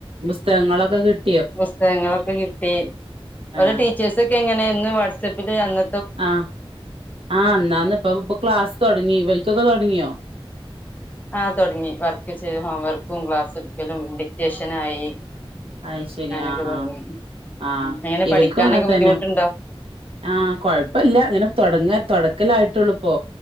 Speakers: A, on the right; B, on the left.
A: ത്തെ മ്മളൊക്കെ കി
B: പുസ്തകങ്ങളൊക്കെ കിട്ടി ഒരു
A: ആഹ്
B: ടീച്ചേഴ്സൊക്കെങ്ങനെ ന്ന് വാട്സആപ്പില് അന്ന
A: ആഹ് ആ ന്നാന്ന് ഇപ്പൊ ഇപ്പ ക്ലാസ് തുടങ്ങി ഇവൽക് പ്പതുടങ്ങിയോ
B: ആ തൊടങ്ങി വർക്ക് ചെയ് ഹോം വർക്കും ക്ലാസ്സ്ട്ക്കലും ഡിക്റ്റേഷനായി
A: അയ് ശരി
B: അങ്ങനൊക്കെ
A: ആഹ്ആഹ്
B: തുടങ്ങി
A: ആഹ്
B: എങ്ങനെ
A: ഇവൽക്കും
B: പഠിക്കാനൊക്കെ
A: അങ്ങൻത്തന്നെ
B: ബുദ്ധിമുട്ടുണ്ടോ
A: ആ കൊഴപ്പല്ല ങ്ങനെ തുടങ്ങ ക്കലായിട്ടള്ളൂ ഇപ്പോ